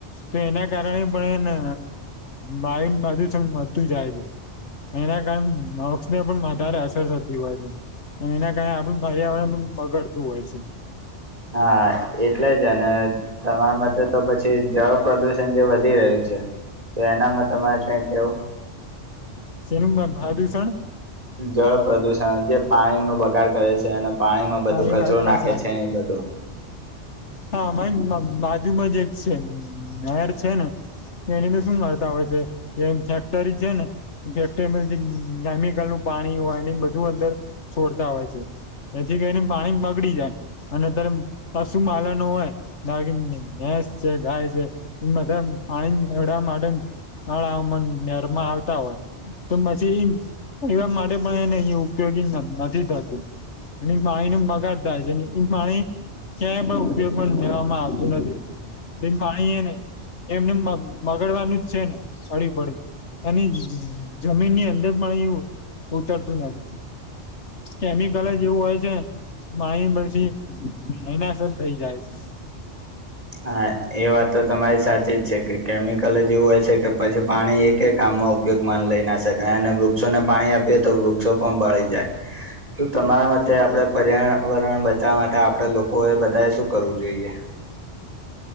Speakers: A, on the left (about 75°); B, on the right (about 30°).
A: તો એના કારણે પણ એને વાયુ પ્રદુષણ વધતું જાય છે. એના કરન વક્ષને પણ વધારે અસર થતી હોય છે અને એના કારણે આપણું પર્યાવરણ પણ બગડતું હોય છે.
B: હા એટલે જ અને તમારા મતે તો પછી જળ પ્રદુષણ જે વધી રહ્યું છે તો એનામાં તમારે કઈ કેવું
A: સેનું ભા દિવસણ
B: જળ પ્રદૂષણ જે પાણીનો બગાડ કરે છે અને પાણીમાં બધું
A: હા એ
B: કચરો
A: વાત પણ
B: નાખે
A: સાચી.
B: છે એ બધું
A: હા મારી બાજુમાં જ એક છે નહેર છે ને એનીંદ શું માતા હોય છે એમ ફેક્ટરી છે ને કરમલ જેમિકલ નું પાણી હોય એને બધું અંદર છોડતા હોય છે એથી કરીઈને પાણી બગડી જાય અને અ્યારે પશુ માલન હોયસ છે ગાય છે એ બધા પાણીડ માટે હળ હ મ નરમાં આવતા હોય તો પછી એવા માટે પણ એને અહી ઉપયોગી ન નથી થતું એ પાણીનો બગાડ થાય છે ને એ પાણી ક્યાં બ પણ જવામાં આવતું નથી. એ પાણી એ નહીં એમનેમ બ બગડવાનું જ છે ને પડ્યું પડ્યું. અને જમીન ની અંદર પણ એ ઉતરતું નાતું કેમિકલ જ એવું હોય છે માહી પછી એના થઈ જાય છે
B: હા એ વાત તો તમારી સાચી જ છે કે કેમિકલ જેવું હોય છે કે પછી પાણી એક કે કામમાં ઉપયોગ માન લઈ ના શકાય અને વૃક્ષોને પાણી આપીએ તો વૃક્ષો પણ બળી જાય તો તમારા માટેતે આપડે પર્યાવરણ બચાવવા માટે આપડે લોકોએ બધાએ શું કરવું જોઈએ